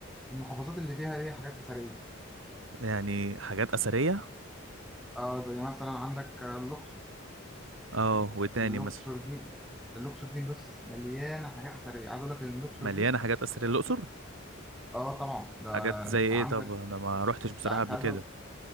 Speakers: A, in the centre; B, on the right (about 75°).
A: المحافظات اللي فيها ايه حاجات اثريه
B: يعني حاجات اثريه
A: اه زي مثلا عندك آه، الاقصر
B: اه وتاني
A: الاقصر
B: مثلا
A: دي الاقصر دي بص مليانه حاجات اثريه عايز اقول لك ان الاقصر
B: مليانه
A: دي
B: حاجات اثريه الاقصر
A: اه طبعا ده
B: حاجات زي
A: انت
B: ايه
A: عندك
B: طب انا ما روحتش
A: انت
B: بصراحه قبل
A: عايز
B: كده